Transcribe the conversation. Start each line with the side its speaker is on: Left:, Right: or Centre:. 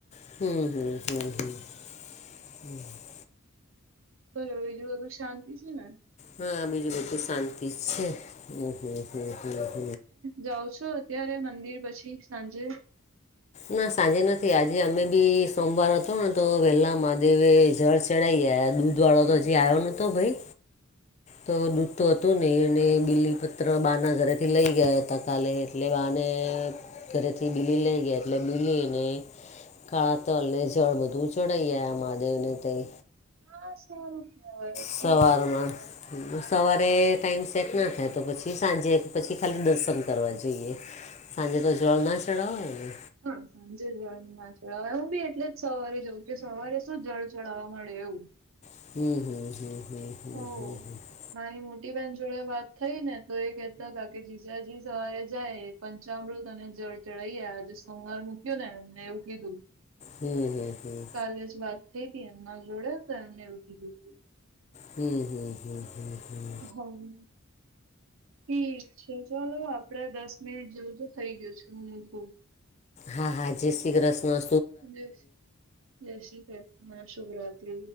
Left: હમ હમ હમ હમ હ.
Right: બલો બીજું બધું શાંતિ છે ને.
Left: હા બીજું બધું શાંતિ જ છે હ હ.
Right: જાઉ છો અત્યારે મંદિર પછી સાંજે.
Left: ના સાંજે નથી આજે અમે બી સોમવાર હતો ને તો વહેલા મહાદેવે જળ. ચડાાઈ દૂધ વાળો તો હજી આવ્યો નતો ભાઈ.
Right: <inaudible>
Left: તો દૂધ તો હતું નહિ. અને બીલીપત્ર બા ના ઘરે થી લઈ ગયા હતા કાલે એટલે બાને. ઘરેથી બીલી લઈ ગયા એટલે બીલીને. કાળા તલ ને જળ બધું ચડાાઈ ગયા મહાદેવ ને તઈ.
Right: હ સો રૂપિયા બરાબર
Left: સવારમાં
Right: છે.
Left: સવારે ટાઈઇમ સેટ ના થાય તો પછી સાંજે પછી ખાલી દર્શન કરવા જઈએ. સાંજે તો જલ ના ચડાવ હોયને.
Right: હા સાંજે જળ ના ચડવા હું બી એટલે જ સવારે જઉં કે સવારે શું જળ ચઢાવવા મળે એવું.
Left: હમ હમ હમ હમ હમ
Right: હો.
Left: હ હ.
Right: મારી મોટી બહેન જોડે વાત થઈ ને તો એ કેહેતા હતા કે જીજાજી સવારે જાય. પંચામૃત અને જળ ચઢાઈએ આજે સોમવાર મૂક્યું ને એને એવું કીધું.
Left: હમ હમ હમ.
Right: લે વાત થઈ હતી એમના જોડે તો એમને એવુ કીધું તું.
Left: હમ હમ હમ હમ હમ.
Right: હમ. ઠીક છે ચલો આપડે દસ મિનિટ જેવું તો થઇ ગયું છે હું મુકું.
Left: હા હા જય ક્ષી કષ્ણ.
Right: જ જય શ્રી શુભરાતિ.